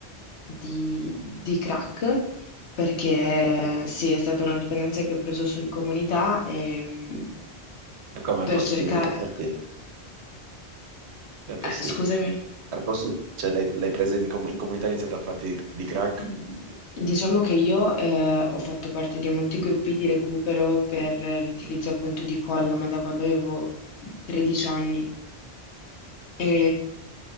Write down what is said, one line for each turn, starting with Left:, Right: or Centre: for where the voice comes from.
Left: di, di crack, perché sì, è stata una dipendenza che ho preso su in comunità e, mm,
Right: E come al
Left: per
Right: posto
Left: cercare...
Right: di evitarti? Come è possibile?
Left: eh, scusami,
Right: Al posto, cioè, l'hai l'hai presa in, com- in comunità e hai iniziato a farti di, di crack?
Left: Mm, diciamo che io eh, ho fatto parte di molti gruppi di recupero per l'utilizzo appunto di colla, ma da quando avevo 13 anni, E,